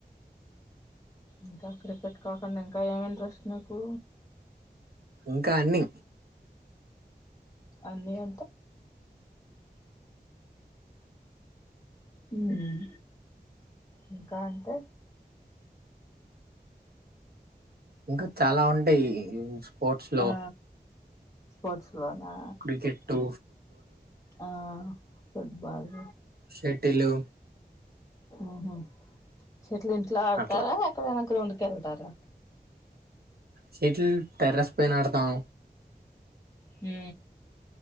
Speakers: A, on the left; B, on the right.
A: ఇంకా క్రికెట్ కాకుండా ఇంకా ఏమి ఇంట్రెస్ట్ నీకు
B: ఇంకా అన్నీ
A: అన్నీ అంటే ఉం ఇంకా అంటే
B: ఇంకా చాలా ఉంటాయి స్పోర్ట్స్ లో
A: ఆ స్పోర్ట్స్ లోనా
B: క్రికెట్టు
A: ఆ ఫుడ్బాల్
B: షెటిలు
A: ఆహా సెటిల్ ఇంట్లో ఆడతారా
B: అట్లా
A: ఎక్కడైనా గ్రౌండ్ కి ఎళ్తారా
B: సెటిల్ టెర్రెస్ పయిన ఆడతాం
A: హు